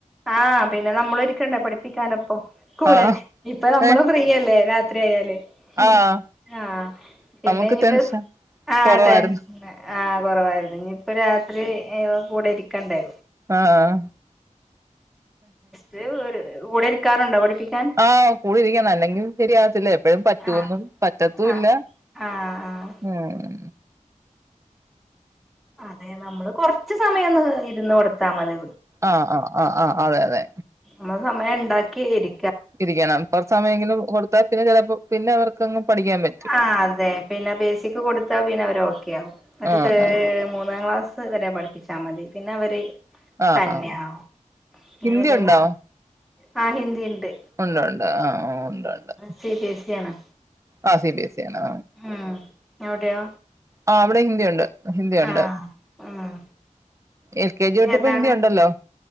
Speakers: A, in the centre; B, on the right.
A: ആഹ് പിന്നെ നമ്മളിരിക്കണ്ടേ പഠിപ്പിക്കാന് പ്പൊ കൂടെ
B: ആഹ്
A: ഇപ്പ നമ്മള്
B: ഏഹ്
A: ഫ്രീയല്ലേ രാത്രിയായാല് ഏഹ്
B: ആഹ്
A: ആഹ് പിന്നെഞ്ഞ്പ്പ
B: നമുക്ക് ടെൻഷൻ
A: സ് ആഹ്
B: കൊറവായിരുന്നു
A: തെ ആഹ് കൊറവായിരുന്നു ഇഞ്ഞ്പ്പോ രാത്രി കൂടെയിരിക്കണ്ടേ
B: ആഹ്
A: ര് ഓര് കൂടെയിരിക്കാറുണ്ടോ പഠിപ്പിക്കാൻ?
B: ആഹ് കൂടെയിരിക്ക ണല്ലെങ്കി ശരിയാവത്തില്ല എപ്പഴും പറ്റുവൊന്നും
A: ആഹ്
B: പറ്റത്തൂല്ല.
A: ആഹ് ആഹ് ആഹ്
B: ആഹ്
A: അതെ നമ്മള് കൊറച്ച് സമയൊന്ന് ഇരുന്ന് കൊടുത്താ മതി.
B: ആഹ് അഹ് അഹ് ആഹ് അതെയതെ
A: നമ്മ സമയണ്ടാക്കിയിരി
B: രിക്കണം കൊറച്ച് സമയെങ്കിലും കൊടുത്താൽ പിന്നെ ചെലപ്പോ പിന്നെവർക്കങ്ങ് പഠിക്കാൻ പ
A: ആഹ് അതെ പിന്നെ ബേസിക്ക് കൊടുത്താ പിന്നെ അവര് ഓക്കെ ആവു മറ്റേ
B: ആഹ്
A: ത്
B: ആഹ്
A: മൂന്നാ ക്ലാസ് സ് വരെ പഠിപ്പിച്ചാ മതി പിന്നെ അവര്
B: ആഹ്
A: തന്നെയാവും
B: ആഹ്
A: പിന്നെ
B: ഹിന്ദി
A: വല്യ
B: ഉണ്ടോ?
A: മോള ആഹ് ഹിന്ദിണ്ട്.
B: ഒണ്ട് ണ്ട് ആഹ് ഒണ്ട് ണ്ട്.
A: സി ബി സിആണ്.
B: ആഹ് സി ബി എസ് സി യാണ്.
A: ഉം ഞവ്ടെയോ?
B: ആഹ് അവിടെ ഹിന്ദിഒണ്ട് ഹിന്ദിഒണ്ട്.
A: ആഹ് ഉം
B: എൽ കെ ജി ഒട്ട്
A: ഏതാണ്
B: ഇപ്പ ഹിന്ദി ഒണ്ടല്ലോ.